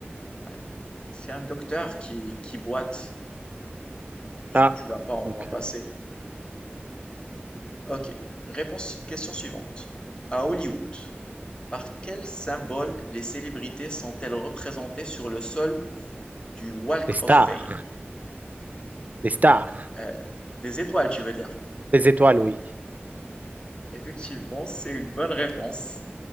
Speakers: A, on the left; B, on the right.
A: Ouais. C'est un docteur qui, qui boite. puisque
B: Ah,
A: tu l'as pas en
B: ok.
A: bras passé. Ok. Réponse, question suivante. À Hollywood, par quel symbole les célébrités sont-elles représentées sur le sol du Walk
B: Les stars.
A: of Fame?
B: Les stars.
A: Euh, des étoiles, tu veux dire?
B: Les étoiles, oui.
A: Effectivement, c'est une bonne réponse.